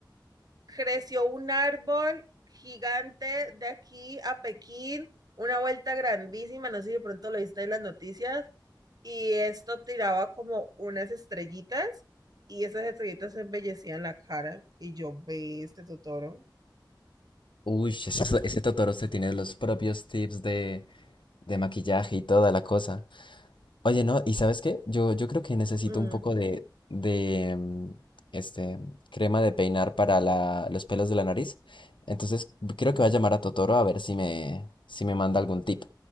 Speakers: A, on the right; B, on the left.
A: creció un árbol gigante de aquí a Pekín, una vuelta grandísima, no sé si de pronto lo viste en las noticias, y esto tiraba como unas estrellitas. Y esas estrellitas embellecían la cara. Y yo, ve este Totoro.
B: Uy, <laughs> ese, ese Totoro se tiene los propios tips de, de maquillaje y toda la cosa. Oye, ¿no? ¿Y sabes qué? Yo, yo creo que necesito
A: Mm,
B: un poco de, de, mm, este, crema de peinar para la, los pelos de la nariz. Entonces, creo que voy a llamar a Totoro a ver si me, si me manda algún tip.